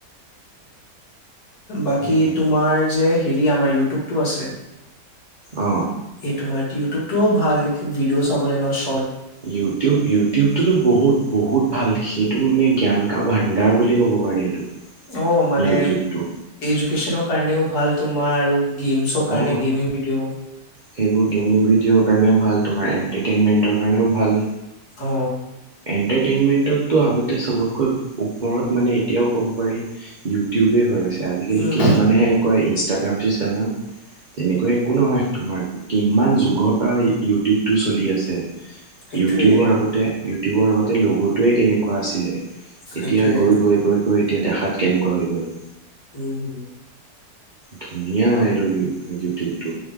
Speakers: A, on the left; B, on the right.
A: বাকী
B: সেয়াই
A: তোমাৰ যে- হেৰি আমাৰ ইউটিউবটো আছে।
B: অ
A: এইটো মাৰ- ইউটিবটোও ভাল ভিডিঅ' চাবলৈ নোচ-
B: ইউটিউব- ইউটিউবটোতো বহুত-বহুত ভাল সেইটো মানে জ্ঞান কা ভাণ্ডাৰ বুলি ক'ব- পোৱাৰ সেইটো।
A: অ মানে
B: ইউটিউবটো
A: এডুকেশ্বন ন কাৰণেও- ভাল তোমাৰ আৰু? গেমছৰ কাৰণে
B: অ
A: গেমিং ভিডিঅ'
B: সেইবোৰ গেমিং ভিডিঅ'ৰ কাৰণেও ভাল তোমাৰ এণ্টাৰটেইনমেণ্টৰ কাৰণেও ভাল।
A: অ
B: এণ্টাৰটেইনমেণ্টততো আহোঁতে চবতকৈ ওপৰত মানে এতিয়াও ক'ব পাৰি ইউটিউব। সেইটোৱেই হৈ আছে আজিকালি
A: উম
B: কিছুমানেহে কয় ইনষ্ট ইষ্টাগ্ৰাম ফিষ্টাগ্ৰাম তেনেকুৱা একো নহয় তোমাৰ কিমান যুগৰ পৰা ইউটিউবটো চলি আছে।
A: সেইটোয়ে
B: ইউটিউবৰ আগতে। ইউটিউবৰ আগতে লগ'টোৱেই কেনেকুৱা আছিলে
A: সেইটোয়ে
B: এতিয়া গৈ গৈ গৈ গৈ এতিয়া দেখাত কেনেকুৱা হৈ গ'ল
A: উম হম
B: ধুনীয়া এইটো ইউ - ইউটিউবটো।